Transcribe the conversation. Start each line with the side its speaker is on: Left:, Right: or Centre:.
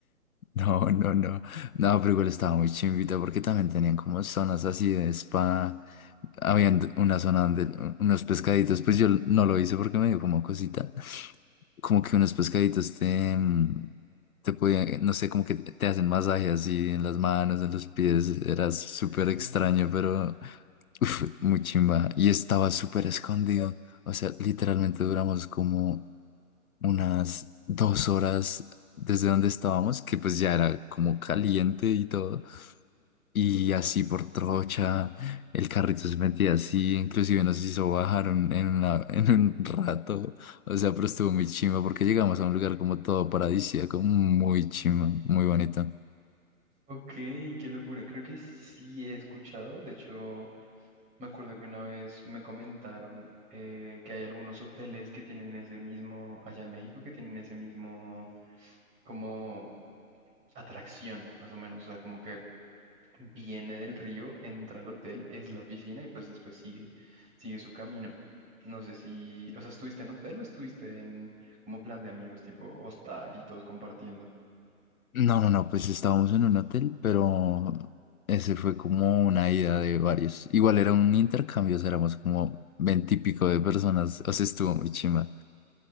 Left: No, no, no. No, pero igual estaba muy chimbita porque también tenían como zonas así de spa. Habían d- una zona donde u- unos pescaditos, pues yo l- no lo hice porque me dio como cosita. Como que unos pescaditos te, mm, te podían, no sé, como que te te hacen masaje así en las manos, en los pies. Era súper
Right: <laughs>
Left: extraño, pero uf, muy chimba. Y estaba súper escondido. O sea, literalmente duramos como unas dos horas desde donde estábamos, que pues ya era como caliente y todo. Y así por trocha, el carrito se metía así, inclusive nos hizo bajar un- en, una- <laughs> en un rato. O sea, pero estuvo muy chimba porque llegamos a un lugar como todo paradisíaco, muy chimba, muy bonito.
Right: Ok, qué locura. Creo que sí he escuchado. De hecho, me acuerdo que una vez me comentaron eh, que hay algunos hoteles que tienen ese mismo, allá en México, que tienen ese mismo como atracción, más o menos. O sea, como que viene del río, entra al hotel, es la piscina y pues después sigue, sigue su camino. No sé si, o sea, ¿estuviste en hotel o estuviste en como plan de amigos, tipo hostal y todos compartiendo?
Left: No, no, no, pues estábamos en un hotel, pero ese fue como una ida de varios. Igual era un intercambio, o sea, éramos como veintipico de personas, o sea, estuvo muy chimba.